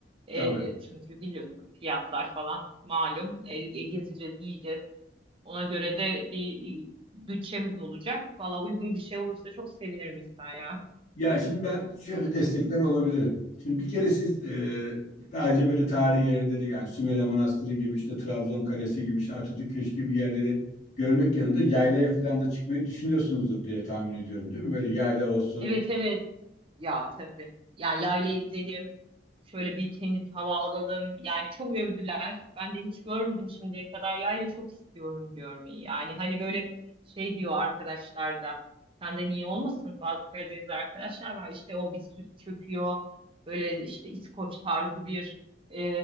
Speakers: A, on the right; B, on the left.
A: E,
B: Tabii.
A: çünkü biliyorsun fiyatlar falan malum. E, e, gezeceğiz, yiyeceğiz. Ona göre de bir bütçemiz olacak. Valla uygun bir şey olursa çok sevinirim İhsan ya.
B: Ya şimdi ben şöyle destekler olabilirim. Şimdi bir kere siz e, daha önce böyle tarihi yerleri yani Sümele Manastırı gibi işte Trabzon Kalesi gibi işte Atatürk Köşkü gibi yerleri görmek yanında yaylaya falan da çıkmayı düşünüyorsunuzdur diye tahmin ediyorum değil mi? Böyle yayla olsun
A: Evet evet. Ya tabii. Yani yaylaya gidelim. Şöyle bir temiz hava alalım. Yani çok övdüler. Ben de hiç görmedim şimdiye kadar. Yayla çok istiyorum görmeyi. Yani hani böyle şey diyor arkadaşlar da. Senden iyi olmasın bazı Karadeniz arkadaşlar var. İşte o bir süs çöküyor. Böyle işte İskoç tarzı bir e,